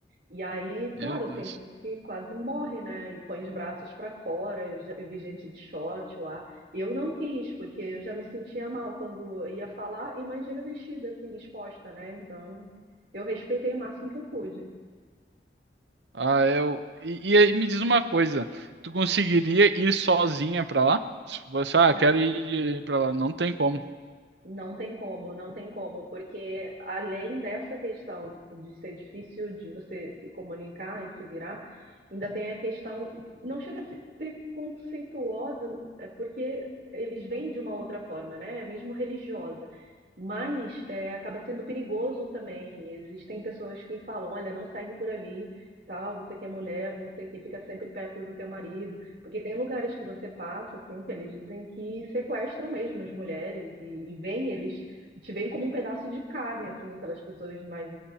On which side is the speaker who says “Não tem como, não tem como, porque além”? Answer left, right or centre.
Right